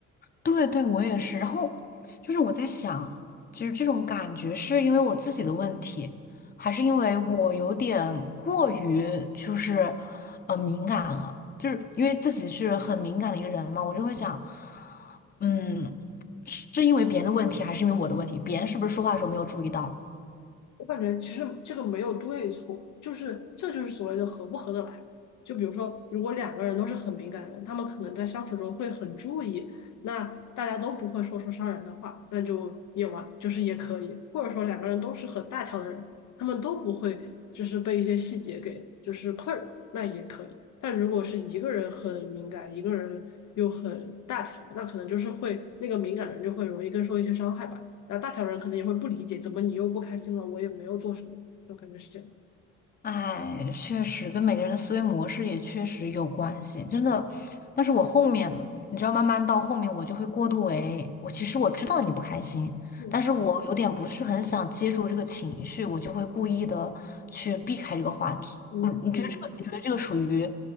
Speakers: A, on the left (about 30°); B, on the left (about 70°).
A: 对对，我也是。然后就是我在想，其实这种感觉是因为我自己的问题，还是因为我有点过于就是呃敏感了？就是因为自己是很敏感的一个人嘛，我就会想，嗯，是因为别人的问题，还是因为我的问题？别人是不是说话的时候没有注意到？
B: 我感觉其实这个没有对错，就是这就是所谓的合不合得来嘛就比如说，如果两个人都是很敏感的人，他们可能在相处中会很注意，那大家都不会说出伤人的话，那就也完，就是也可以。或者说两个人都是很大条的人，他们都不会就是被一些细节给就是困扰，那也可以。但如果是一个人很敏感，一个人又很大条，那可能就是会那个敏感人就会容易更受一些伤害吧。然后大条人可能也会不理解，怎么你又不开心了？我也没有做什么，就感觉是这样。
A: 哎，确实跟每个人的思维模式也确实有关系，真的。但是我后面，你知道，慢慢到后面我就会过度为，我其实我知道你不开心，
B: 嗯
A: 但是我有点不是很想接住这个情绪，我就会故意的去避开这个话题。
B: 嗯，
A: 嗯，你觉得这个，
B: 嗯，
A: 你觉得这个属于